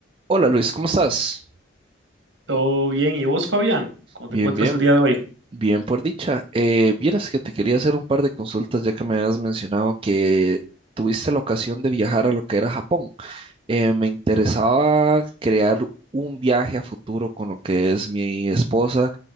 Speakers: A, on the right; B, on the right.
A: Hola Luis, ¿cómo estás?
B: Todo bien. ¿Y vos, Fabián? ¿Cómo
A: Bien,
B: te encuentras
A: bien,
B: el día de hoy?
A: bien por dicha. Eh, vieras que te quería hacer un par de consultas ya que me habías mencionado que tuviste la ocasión de viajar a lo que era Japón. Eh, me interesaba crear un viaje a futuro con lo que es mi esposa